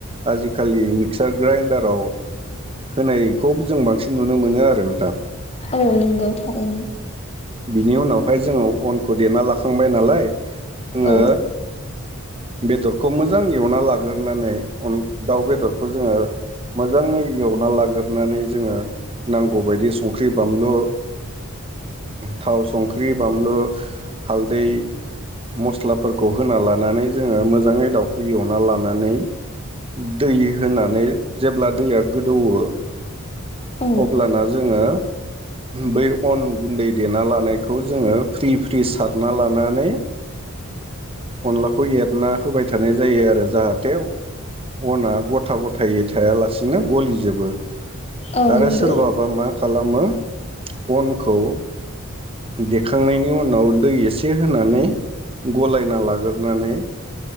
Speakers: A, on the right (about 25°); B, on the left (about 30°).
A: आजिखालि मिक्सार ग्राइडाराव होनायखौ जों बांसिन नुनो मोनो आरो नोंथां।
B: औ नोंगौ थारैनो
A: बिनि उनावहाय जोङो अनखौ देना लाखांबाय नालाय जोङो
B: औ
A: बेदर खौ मोजां एवना लाग्रोनानै दाउ बेदरखौ जोङो मोजाङै एवना लाग्रोनानै जोङो नांगौबायदि संख्रि बानलु थाव संख्रि बानलु हालदै मस्लाफोरखौ होना लानानै जोङो मोजाङै दाउखौ एवना लानानै दै होनानै जेब्ला दैया गोदौवो
B: औ
A: अब्लाना जोङो बै अन गुन्दै देना लानायखौ जोङो फ्रि फ्रि सारना लानानै अनलाखौ एरना होबाय थानाय जायो आरो जाहाथे अना गथा ग'थायै थायालासेनो गलिजोबो
B: औ
A: आरो
B: नंगौ
A: सोरबाबा मा खालामो अनखौ देखांनायनि उनाव दै एसे होनानै गलायना लाग्रोनानै